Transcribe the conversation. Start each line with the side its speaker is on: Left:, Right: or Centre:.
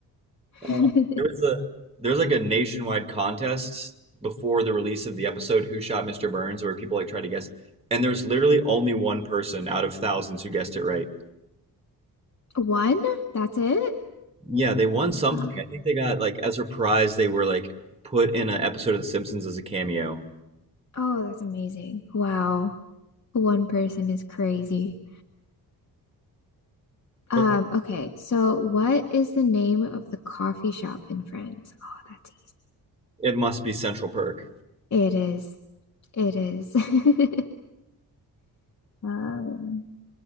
Left: <laughs>
Right: Uh, There was a there was like a nationwide contest before the release of the episode Who Shot Mr. Burns where people like tried to guess and there's literally only one person out of thousands who guessed it right.
Left: One? That's it?
Right: Yeah, they won something.
Left: Uh,
Right: I think they got like as a prize they were like put in an episode of The Simpsons as a cameo.
Left: Oh, that's amazing. Wow. One person is crazy. Um,
Right: Oh,
Left: okay, so what is the name of the coffee shop in France? Oh, that's
Right: It must be Central Perk.
Left: easy. It is. It is. <laughs> Um,